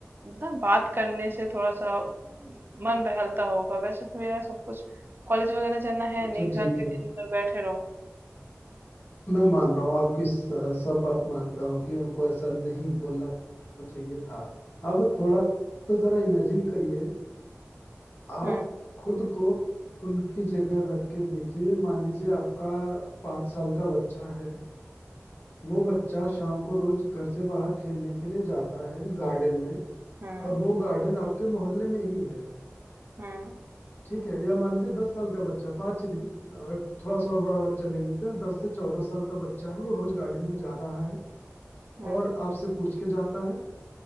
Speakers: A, on the right; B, on the left.
A: ना बात करने से थोड़ा सा मन बहलता होगा वैसे तो मेरा सब कुछ कॉलेज वगैरह जाना है
B: अच्छा
A: नहीं घर
B: ठीक
A: में
B: है
A: दिन भर बैठे रहो
B: मैं मान रहा हूँ आपकी स- सब बात मानता हूँ कि उनको ऐसा नहीं बोलना चाहिए था अब थोड़ा तो जरा इमेजिन करिए आप
A: हम्म
B: खुद को उनकी जगह रख के देखिए मान लीजिए आपका पाँच साल का बच्चा है वो बच्चा शाम को रोज घर से बाहर खेलने के लिए जाता है गार्डन में
A: हम्म
B: और वो गार्डन आपके मोहल्ले में ही है
A: हम्म
B: ठीक है या मान लीजिए दस साल का बच्चा पाँच ही नहीं अ, थोड़ा सा और बड़ा बच्चा ले लेते हैं दस से चौदह साल का बच्चा है वो रोज गार्डन में जा रहा है
A: हम्म
B: और आपसे पूछ के जाता है